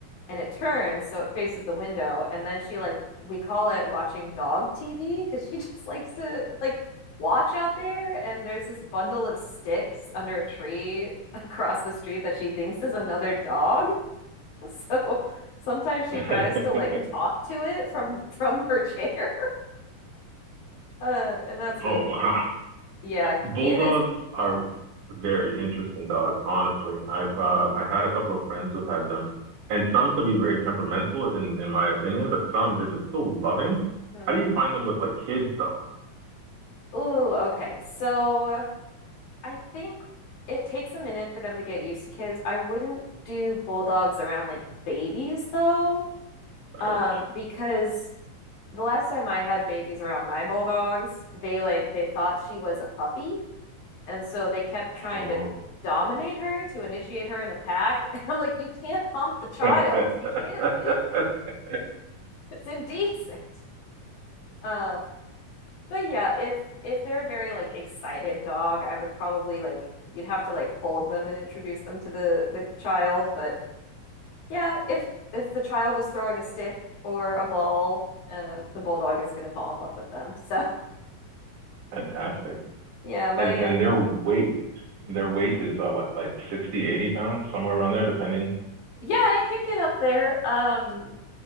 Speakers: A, on the left (about 70°); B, on the right (about 70°).
A: and it turns so it faces the window and then she like we call it watching dog TV because she <laughs> just likes to like watch out there and there's this bundle of sticks under a tree across the street that she thinks is another dog. <laughs> So sometimes she
B: <laughs>
A: tries to like talk to it from from her chair. <laughs> Uh, and that's really
B: Oh wow,
A: funny. Yeah,
B: bulldogs
A: Guinness. Yeah.
B: are very interesting dogs. Honestly, I've
A: hmm
B: uh, I had a couple of friends who had them, and some can be very temperamental in in my opinion, but some they're just so loving.
A: hmm
B: How do you find them with like kids though?
A: Ooh, okay. So I think it takes a minute for them to get used to kids. I wouldn't do bulldogs around like babies though,
B: Right.
A: um, because the last time I had babies around my bulldogs, they like they thought she was a puppy. And so they kept
B: Oh.
A: trying to dominate her to initiate her in the pack. <laughs> And I'm like, you can't hump the child.
B: <laughs>
A: You can't do that. It's indecent. Um, but yeah, if if they're a very like excited dog, I would probably like you'd have to like hold them and introduce them to the the child. But yeah, if if the child is throwing a stick or a ball, uh, the bulldog is going to fall in love with them. <laughs> So
B: Fantastic.
A: yeah, my
B: and and
A: uh,
B: their weight their weight is uh, what like 60, 80 pounds somewhere around there depending
A: yeah, it can get up there. Um,